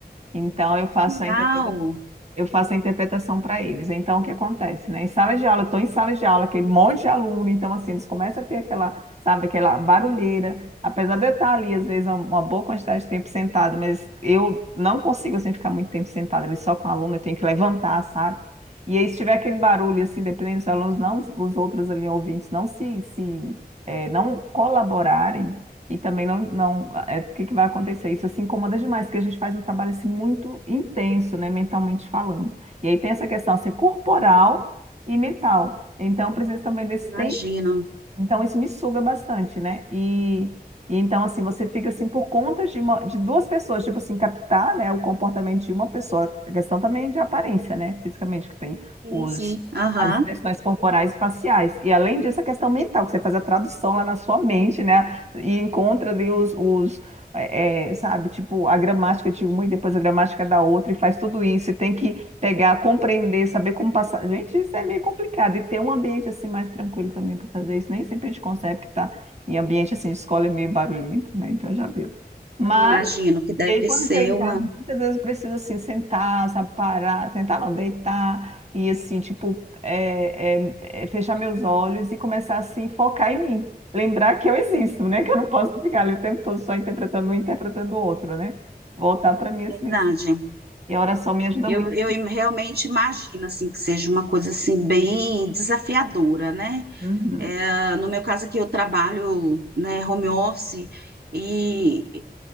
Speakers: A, on the right (about 40°); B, on the right (about 75°).
A: Então, eu faço
B: Legal,
A: a interpretação eu faço a interpretação para eles. Então, o que acontece, né? Em sala de aula, estou em sala de aula, aquele monte de aluno, então, assim, eles começam a ter aquela, sabe, aquela barulheira. Apesar de eu estar ali, às vezes, uma boa quantidade de tempo sentado, mas eu não consigo, assim, ficar muito tempo sentado ali só com o aluno, eu tenho que levantar, sabe? E aí, se tiver aquele barulho, assim, dependendo dos alunos, não, os outros ali, ouvintes, não se, se é, não colaborarem, e também não, não, é, o que que vai acontecer? Isso assim incomoda demais, porque a gente faz um trabalho assim, muito intenso, né, mentalmente falando. E aí tem essa questão ser corporal e mental. Então, precisa também desse
B: imagino.
A: tempo então, isso me suga bastante, né? E, e então, assim, você fica assim por conta de, uma- de duas pessoas, tipo assim, captar, né, o comportamento de uma pessoa. A questão também de aparência, né? Fisicamente, que tem
B: Sim,
A: os,
B: sim. Aham.
A: as expressões corporais e faciais. E além disso, a questão mental, que você faz a tradução lá na sua mente, né? E encontra ali os, os eh, eh, sabe, tipo, a gramática de uma e depois a gramática da outra, e faz tudo isso. E tem que pegar, compreender, saber como passar. Gente, isso é meio complicado. E ter um ambiente assim mais tranquilo também para fazer isso. Nem sempre a gente consegue, porque tá em ambiente assim, de escola é meio barulhento, né? Então já viu. Mas,
B: Eu Imagino que deve
A: e aí quando
B: ser
A: chega em
B: uma
A: casa, muitas vezes precisa assim sentar, sabe, parar, sentar não, deitar e assim, tipo, é, é, é, fechar meus olhos e começar assim, focar em mim. Lembrar que eu existo, né? Que eu não posso ficar ali o tempo todo só interpretando um, interpretando o outro, né? Voltar para mim assim,
B: verdade.
A: nesse- e a oração me ajuda
B: Eu,
A: muito.
B: eu im- realmente imagino assim que seja uma coisa assim bem desafiadora, né?
A: Uhum.
B: É, no meu caso aqui eu trabalho, né, home office e